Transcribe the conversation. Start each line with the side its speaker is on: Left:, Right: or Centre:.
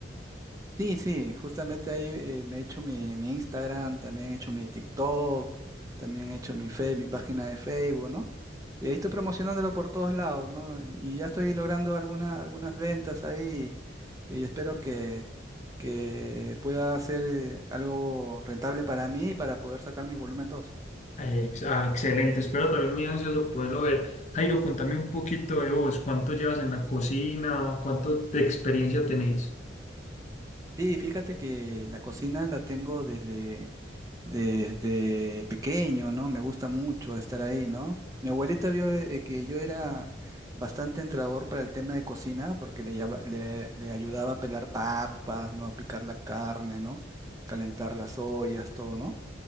Right: Sí, sí, justamente ahí eh, me he hecho mi, mi Instagram, también he hecho mi TikTok, también he hecho mi Fe- mi página de Facebook, ¿no? Y ahí estoy promocionándolo por todos lados, ¿no? Y ya estoy logrando alguna- algunas ventas ahí y, espero que, que pueda ser eh, algo rentable para mí y para poder sacar mi volumen dos.
Left: Ex- ah, excelente, espero también muy ansioso poderlo ver. Jairo, contame un poquito de vos, ¿cuánto llevas en la cocina? ¿Cuánto de experiencia tenés?
Right: Sí, fíjate que la cocina la tengo desde desde pequeño, ¿no? Me gusta mucho estar ahí, ¿no? Mi abuelita vio eh, que yo era bastante entrador para el tema de cocina porque le, lleva- le, le ayudaba a pelar papas, ¿no? A picar la carne, ¿no? Calentar las ollas, todo, ¿no?